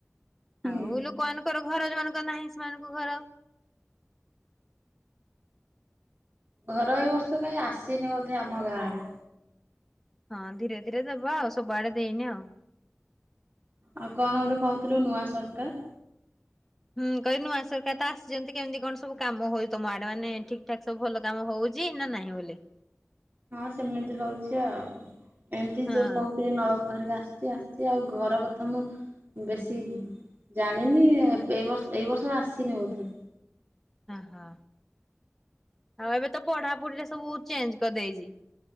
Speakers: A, on the right; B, in the centre.
A: ହୁଁ
B: ଆଉ ଲୋକମାନଙ୍କର ଘର ଯୋଉମାନଙ୍କର ନାହିଁ ସେମାନଙ୍କୁ ଘର।
A: ଘର ଏଇ ବର୍ଷ କାଇଁ ଆସିନି ବୋଧେ ଆମ ଗାଁ ଆଡେ।
B: ହଁ ଧୀରେ ଧୀରେ ଦେବା ଆଉ ସବୁଆଡେ ଦେଇନି ଆଉ।
A: ଆଉ କଣ ଗୋଟେ କହୁଥିଲୁ ନୂଆ ସରକାର?
B: ହୁଁ କହିଲି ନୂଆ ସରକାର ତ ଆସିଛନ୍ତି କେମିତି କଣ ସବୁ କାମ ହଉଛି ତମ ଆଡେ? ମାନେ ଠିକ୍ ଠାକ୍ ସବୁ ଭଲ କାମ ହଉଚି ନା ନାହିଁ ବୋଲେ?
A: ହଁ ସେମିତି ହଉଚି ଆଉ। ଏମିତି
B: ହଁ
A: ଯୋଉ କହୁଥିଲି ନଳକୂଅ ଘରିକା ଆସିଚି ଆସ୍ ଚି ଆଉ। ଘର କଥା ମୁଁ ବେଶୀ ଜାଣିନି ଏବେ ଏଇ ବର୍ଷ ଏଇ ବର୍ଷ ଆସିନି ବୋଧହୁଏ।
B: ଓହୋ ଆଉ ଏବେ ତ ପଢାପଢିରେ ସବୁ ଚେଞ୍ଜ କରିଦେଇଚି।